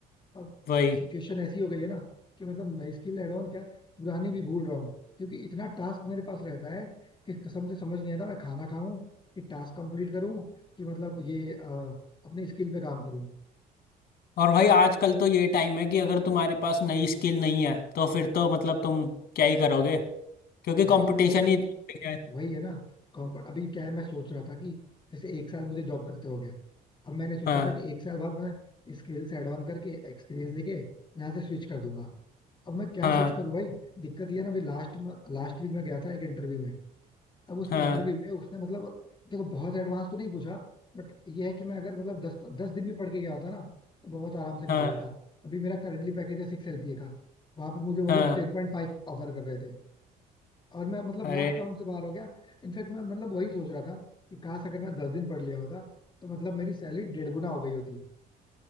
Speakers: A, on the left; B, on the left.
A: अब
B: वही
A: सिचुएशन ऐसी हो गई है ना कि मतलब नई स्किल ऐड ऑन क्या पुरानी भी भूल रहा हूँ क्योंकि इतना टास्क मेरे पास रहता है कि कसम से समझ नहीं आता मैं खाना खाऊं कि टास्क कंप्लीट करूं कि मतलब ये अ, अपनी स्किल पे काम करूं
B: और भाई आजकल तो ये टाइम है कि अगर तुम्हारे पास नई स्किल नहीं है तो फिर तो मतलब तुम क्या ही करोगे क्योंकि
A: भाई
B: कंपटीशन
A: वो
B: ही इतना बढ़ गया है
A: वही है ना कॉम्प अभी क्या है मैं सोच रहा था कि जैसे एक साल मुझे जॉब करते हो गया अब मैंने सोचा
B: हाँ
A: था कि एक साल बाद मैं स्किल्स एड ऑन करके एक्सपीरियंस लेके यहाँ से स्विच कर दूंगा अब मैं क्या
B: हाँ
A: स्विच करूँ भाई दिक्कत ये है ना अभी लास्ट लास्ट वीक में गया था एक इंटरव्यू में अब उस
B: हाँ
A: इंटरव्यू में उसने मतलब देखो बहुत एडवांस तो नहीं पूछा बट ये है कि मैं अगर मतलब दस दस दिन भी पढ़ के गया होता ना तो बहुत आराम से निकाल
B: हाँ
A: लेता अभी मेरा करंटली पैकेज है सिक्स एलपीए का वहां पे मुझे वो
B: हाँ
A: लोग
B: हाँ।
A: टेन पॉइंट फाइव ऑफर कर रहे थे और मैं मतलब
B: अरे
A: लास्ट राउंड से बाहर हो गया इनफैक्ट मैं मतलब वही सोच रहा था कि काश अगर मैं दस दिन पढ़ लिया होता तो मतलब मेरी सैलरी डेढ़ गुना हो गई होती